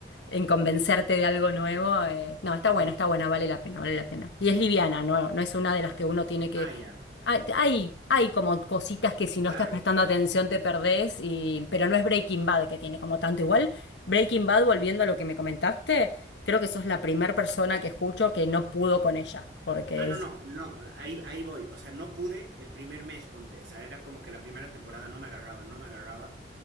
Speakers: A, on the left (about 75°); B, on the right (about 65°).
A: en convencerte de algo nuevo. eh, No, está buena,
B: Sí,
A: está buena, vale la pena, vale la pena. Y es liviana, no, no es una de las que uno tiene que...
B: Ah, ya,
A: Hay, hay, hay como cositas que si
B: claro.
A: no estás prestando atención te perdés, y... pero no es Breaking Bad que tiene como tanto igual. Breaking Bad, volviendo a lo que me comentaste, creo que
B: Sí.
A: sos la primera persona que escucho que no pudo con ella, porque
B: Ah, no,
A: es...
B: no, no, ahí, ahí voy. O sea, no pude el primer mes, ponte. O sea, era como que la primera temporada no me agarraba, no me agarraba.